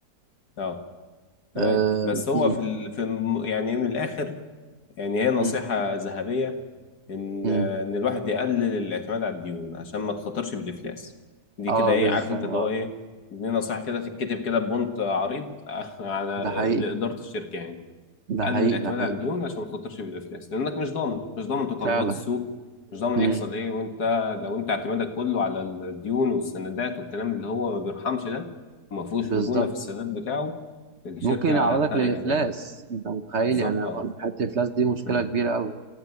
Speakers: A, on the left (about 70°); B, on the right (about 45°).
A: اه تمام
B: اه,
A: بس هو
B: م-
A: في ال... في الم- يعني من الاخر يعني هي نصيحه
B: م-
A: ذهبيه ان
B: م.
A: ان الواحد يقلل الاعتماد على الديون عشان ما تخاطرش بالافلاس دي
B: آه
A: كده ايه
B: بالظبط
A: عارف انت اللي هو ايه دي نصيحه كده تتكتب كده ببونت عريض <laughs> على
B: ده حقيقي
A: لاداره الشركه يعني
B: ده
A: قلل
B: حقيقي
A: الاعتماد
B: ده حقيقي
A: على الديون عشان ما تخاطرش بالافلاس لانك مش ضامن مش ضامن تقلبات
B: فعلا
A: السوق مش ضامن
B: امم
A: يحصل ايه وانت لو انت اعتمادك كله على الديون والسندات والكلام اللي هو ما بيرحمش ده وما فيهوش
B: بالظبط
A: مرونه في السداد بتاعه الشركه
B: ممكن يعرضك
A: هت- يعني
B: للافلاس
A: هت-
B: انت متخيل
A: بالظبط
B: يعني
A: اه
B: حته الافلاس دي مشكله
A: مم.
B: كبيره قوي